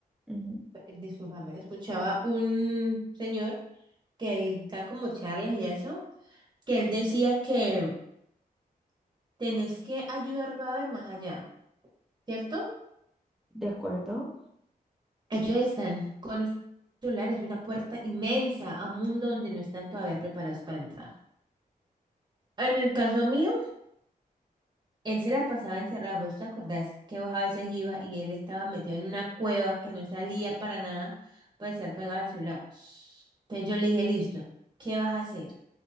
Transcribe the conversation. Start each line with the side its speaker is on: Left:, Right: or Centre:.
Centre: Ujú,
Right: discúlpame, escuchaba un señor que él da como charlas y eso, que él decía que tenés que ayudarlo a ver más allá, ¿cierto?
Centre: De acuerdo,
Right: Ellos están con un celular, es una puerta inmensa a un mundo donde no están todavía preparados para entrar. En el caso mío, él se la pasaba encerrado. ¿Vos te acordás que vos a veces iba y él estaba metido en una cueva que no salía para nada para estar pegado al celular? Entonces yo le dije, listo, ¿qué vas a hacer?